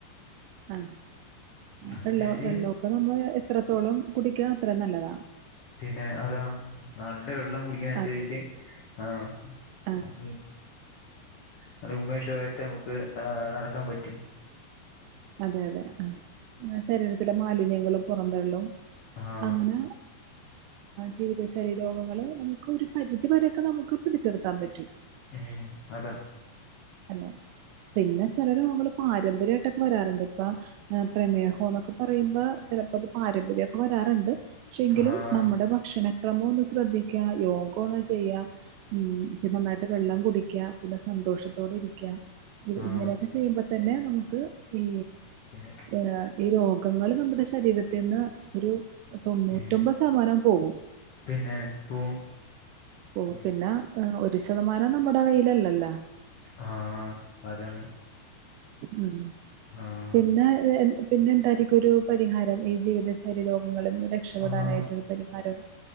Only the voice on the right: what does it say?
ആ
വെള്ള വെള്ളമോക്കെ നമ്മൾ എത്രത്തോളം കുടിക്കൻ അത്ര നല്ലതാ
അതെ
ആഹ്
അതെ അതെ ആ ശരീരത്തിലെ മാലിന്യങ്ങളും പുറന്തള്ളും
അങ്ങനെ ജീവിതശൈലി രോഗങ്ങള്ൾനമുക്ക് ഒരു പരിധിവരെക്കെ നമുക്ക് പിടിച് നിർത്താൻ പറ്റും
അല്ലെ പിന്നെ ചിലർ നമ്മള് പാരമ്പര്യമായിട്ടൊക്കെ വരാറുണ്ട് ഇപ്പ പ്രമേഹം എന്നൊക്കെ പറയുമ്പോ ചിലപ്പോ അത് പാരമ്പര്യക്കെ വരാറുണ്ട് ക്ഷെ എങ്കിലും
നമ്മുടെ ഭക്ഷണക്രമം ഒന്ന് ശ്രദ്ധിക്കുക യോഗ ഒന്ന് ചെയ്യാ ഉം പിന്നെ നന്നായിട്ട് വെള്ളം കുടിക്കുക പിന്നെ സന്തോഷം ത്തോടെ ഇരിക്ക ഇ
ഇങ്ങനെയൊക്കെ ചെയ്യുമ്പോ തന്നെ നമുക്ക് ഈ
ഏ ഈ രോഗങ്ങള് നമ്മുടെ ശരീരത്തിന്ന് ഒരു തൊണ്ണൂറ്റൊമ്പത്
ശതമാനം പോകും
പോവും
പിന്നെ ഒരു ശതമാനം നമ്മുടെ കയ്യിലല്ലല്ല
ഉം
പിന്നെ പിന്നെ എന്തായിരിക്കും ഒരു പരിഹാരം ഈ ജീവിതശൈലീ രോഗങ്ങളിൽനിന്ന് രക്ഷപ്പെടാനായിട്ടൊരു
പരിഹാരം